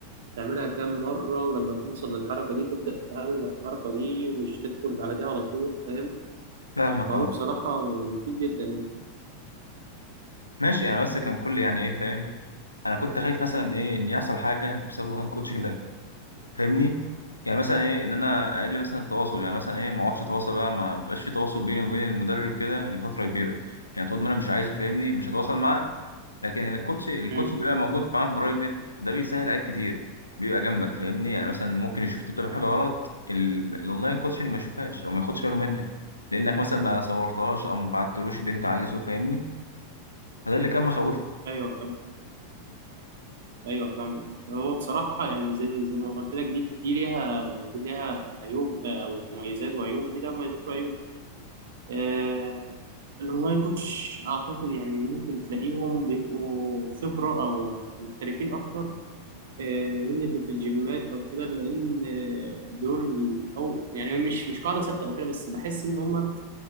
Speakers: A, on the right; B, on the left.
A: تعملها كام مرة ولما توصل للحركة دي تبدأ تتعلم على الحركة دي مش تدخل على دي على طول فاهم
B: فاهمك
A: فهو
B: اه
A: بصراحة مفيد جدا يعني
B: ماشي انا بس كان كل يعني ايه فاهم انا كنت خايف مثلا ايه ان يحصل حاجه بسبب الاونلاين كوتشنج ده فاهمني يعني مثلا ايه ان انا اقل مثلا التواصل يعني مثلا ايه ما اقعدش اتواصل بقى ما بقاش في تواصل بيني وبين المدرب كده لفتره كبيره يعني طول ما انا مش عايزه فاهمني مش هتواصل معاه لكن الكوتش الكوتش
A: مم.
B: بيبقى موجود معاك برايفت ده بيسهل عليك كتير بيبقى جنبك فاهمني يعني مثلا ممكن يشوف انت بتعمل حاجه غلط ال- الاونلاين كوتشنج ما يشوفهاش او ما ياخدش باله منها لانك مثلا ما صورتهاش او ما بعتلوش اللي انت عايزه فاهمني فده اللي كان مخوفني
A: ايوه فاهم ايوه فاهم هو بصراحه يعني زي زي ما قلت لك دي دي ليها يعني دي ليها عيوب آه، او مميزات وعيوب ودي ليها مميزات وعيوب آه الاونلاين كوتش اعتقد يعني ممكن تلاقيهم بيبقوا خبره او محترفين اكتر آه، من اللي في الجيمات او كده لان آه، دول او يعني مش مش قاعده ثابته او كده بس بحس ان هم